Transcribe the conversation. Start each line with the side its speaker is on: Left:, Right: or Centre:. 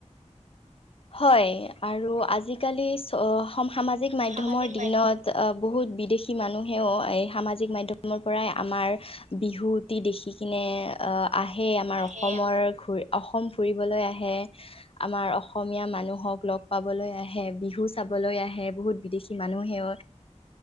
Left: হয় আৰু আজিকালি চ সম সামাজিক মাধ্যমৰ
Right: সামাজিক
Left: দিনত। বহুত বিদেশী মানুহেও এই সামাজিক মাধ্যমৰ পৰাই আমাৰ বিহুটি দেখি কিনে। আহে
Right: মাধ্যম
Left: আমাৰ
Right: আহে
Left: অসমৰ অসম ফুৰিবলৈ আহে আমাৰ অসমীয়া মানুহক লগ পাবলৈ আহে বিহু চাবলৈ আহে বহুত বিদেশী মানুহেও।